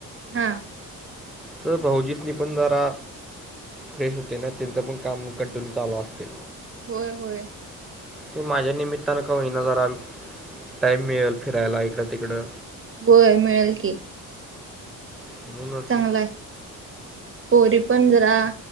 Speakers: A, on the right; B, in the centre.
A: हा
B: तर भाउजीसनी पण जरा फ्रेश होते ना त्यांच पण काम कंटिन्यू चालू असतय.
A: होय होय,
B: तू माझ्या निमित्तानं का होईना जरा टाईम मिळेल फिरायला इकडं तिकडं!
A: होय मिळेल की,
B: म्हणूनच
A: चांगल हाय पोरी पण जरा